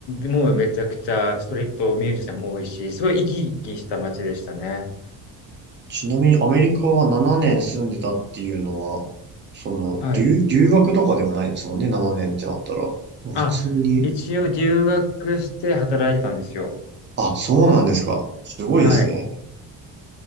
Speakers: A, on the left (about 80°); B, on the right (about 30°).
A: もうめちゃくちゃストリートミュージシャンも多いし、すごい生き生きした街でしたね。
B: ちなみにアメリカは7年住んでたっていうのは、その、
A: はい。
B: 留、留学とかではないですもんね、7年ってなったら。もう普通に。
A: あ、一応留学して働いてたんですよ。
B: あ、そうなんですか。すごいですね。
A: はい。